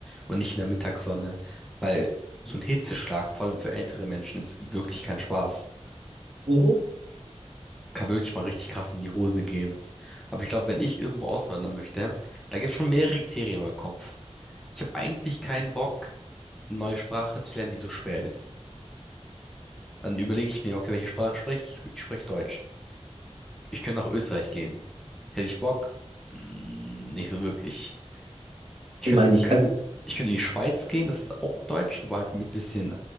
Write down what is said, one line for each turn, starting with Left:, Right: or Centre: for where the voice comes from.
Centre: und nicht in der Mittagssonne, weil so ein Hitzeschlag, vor allem für ältere Menschen, ist wirklich kein Spaß.
Right: Mhm.
Centre: Kann wirklich mal richtig krass in die Hose gehen. Aber ich glaube, wenn ich irgendwo auswandern möchte, da gibt es schon mehrere Kriterien im Kopf. Ich habe eigentlich keinen Bock, eine neue Sprache zu lernen, die so schwer ist. Dann überlege ich mir, okay, welche Sprache spreche ich? Ich spreche Deutsch. Ich könnte nach Österreich gehen. Hätte ich Bock? Mm, Nicht so wirklich. Ich könnte,
Right: Meine
Centre: ich
Right: ich.
Centre: könnte,
Right: Also
Centre: ich könnte in die Schweiz gehen, das ist auch Deutsch, aber halt mit bisschen,